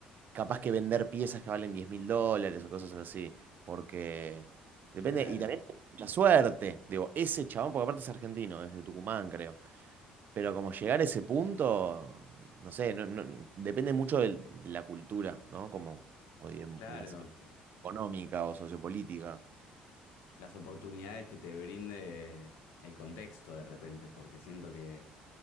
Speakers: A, on the right; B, on the left.
A: capaz que vender piezas que valen diez mil dólares o cosas así, porque depende,
B: Claro,
A: y también la suerte, digo, ese chabón, porque aparte es argentino, es de Tucumán, creo, pero como llegar a ese punto, no sé, no, no- depende mucho del- de, la cultura, ¿no? Como, o de
B: claro.
A: la situación económica o sociopolítica,
B: las oportunidades que te brinde el contexto de repente, porque siento que